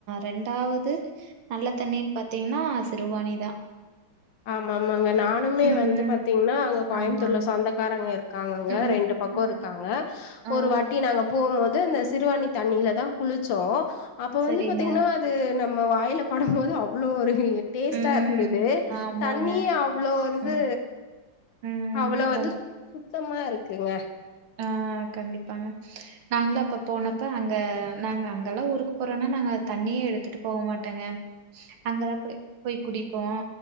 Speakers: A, on the right (about 65°); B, on the left (about 70°).
A: ரெண்டாவது நல்ல தண்ணின் பாத்தீங்ன்னா சிறுவாணி தா
B: ஆமா ஆமாங்க நானுமே
A: ம்
B: வந்து பாத்தீங்கன்னா அங்க கோயம்த்தூர்ல
A: ஆமாங்க
B: சொந்தக்காரங்க இருக் காங்க
A: ம்
B: ரெண்டு பக்கோ
A: ம்
B: இருக்காங்க
A: ஆ
B: ஒரு வாட்டி நாங்க போம்மோது அந்த சிறுவாணி தண்ணிலதா குளிச்சோ அப்ப
A: சரிங்க.
B: வந்து பாத்தீங்ன்னா து நம்ம வாயிலபடு போது அவ்ளோ ஒரு டேஸ்ட்டா
A: ம்.
B: இருந்தது
A: ஆமாங்க.
B: தண்ணி அவ்ளோ வந்து
A: ம். ம்.
B: அவ்ளோ வந்து
A: ரொம்
B: சுத்தமா இருக்குங்க
A: ஆ கண்டிப்பாங்க நாங்களு அப்ப போனப்ப அங்க நாங்க அங்கெல்லா ஊருக்கு போறனா நாங்க தண்ணியே எடுத்துட்டு போகமாட்டங்க அங்கதா போய் போய் குடிப்போ